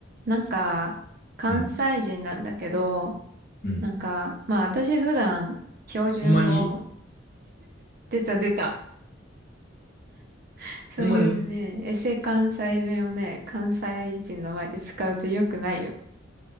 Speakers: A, on the right (about 45°); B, on the left (about 45°).
A: なんか、関西人なんだけど、
B: うん。うん。
A: なんか、まあ私普段、標準語、
B: ほんまに
A: 出た出た。<laughs> そういうね、
B: ほんまに
A: エセ関西弁をね、関西人の前で使うと良くないよ。